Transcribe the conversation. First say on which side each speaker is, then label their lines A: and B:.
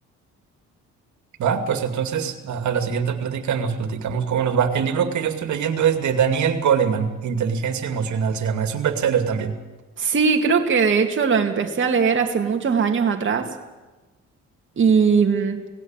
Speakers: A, on the right; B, on the right.
A: Va, pues entonces a, a la siguiente plática nos platicamos cómo nos va. El libro que yo estoy leyendo es de Daniel Goleman, Inteligencia Emocional se llama. Es un bestseller también.
B: Sí, creo que de hecho lo empecé a leer hace muchos años atrás y mm,